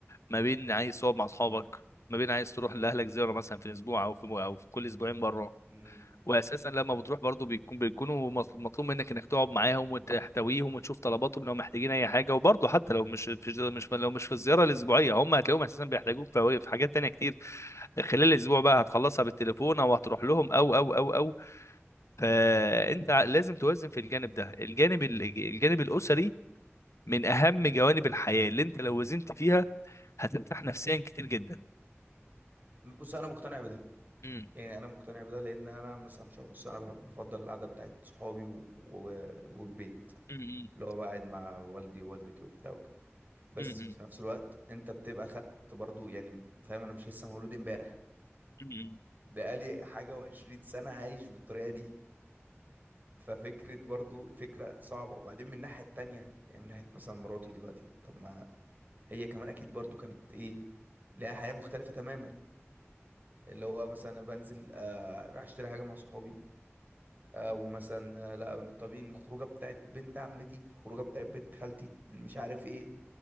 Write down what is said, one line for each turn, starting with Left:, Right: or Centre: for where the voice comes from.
Left: ما بين عايز تقعد مع اصحابك ما بين عايز تروح لاهلك زياره مثلا في الاسبوع او في او في كل اسبوعين مره
Right: امم
Left: واساسا لما بتروح برضو بيكون بيكونوا مط- مطلوب منك انك تقعد معاهم وتحتويهم وتشوف طلباتهم لو محتاجين اي حاجه وبرضو حتى لو مش مش مش لو مش في الزياره الاسبوعيه هم هتلاقيهم اساسا بيحتاجوك في في حاجات تانية كتير خلال الاسبوع بقى هتخلصها بالتليفون او هتروح لهم او او او او فانت لازم توازن في الجانب ده الجانب ال- الجانب الاسري من اهم جوانب الحياه اللي انت لو وزنت فيها هترتاح نفسيا كتير جدا
Right: بص انا مقتنع بده
Left: امم
Right: يعني انا مقتنع بده لان انا مثلا شخص انا بحب بفضل القعده بتاعت صحابي و... و... والبيت
Left: امم
Right: اللي هو بقعد مع والدي ووالدتي وبتاع وكده بس
Left: امم
Right: في نفس الوقت انت بتبقى خدت برضو يعني فاهم انا مش لسه مولود امبارح
Left: امم
Right: بقالي حاجة وعشرين سنة عايش بالطريقة دي ففكرة برضو الفكرة صعبة وبعدين من الناحية التانية يعني من ناحية مثلا مراتي دلوقتي طب ما هي كمان أكيد برضو كانت إيه لها حياة مختلفة تماما اللي هو مثلا أنا بنزل آه راح أشتري حاجة مع صحابي أو مثلا آه لا طبيعي إن الخروجة بتاعت بنت عمتي الخروجة بتاعت بنت خالتي اللي مش عارف إيه